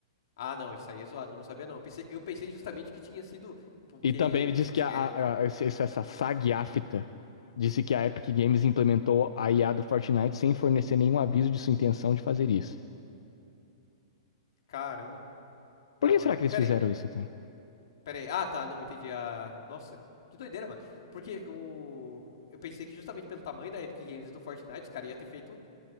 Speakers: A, on the left; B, on the left.
A: Ah, não, isso aí é zoado, eu não sabia não. Eu pensei, eu pensei justamente que tinha sido. Porque,
B: E também ele disse
A: tipo assim,
B: que a, a-
A: aí. ah,
B: a- esse- essa SAG afta disse que a Epic Games implementou a IA do Fortnite sem fornecer nenhum aviso de sua intenção de fazer isso.
A: caramba. Não,
B: Por que será
A: é.
B: que
A: Pera
B: eles fizeram
A: aí.
B: isso, então?
A: Peraí. Ah, tá, não entendi a. Nossa, que doideira, mano. Porque o... eu pensei que justamente pelo tamanho da Epic Games e do Fortnite, os caras iam ter feito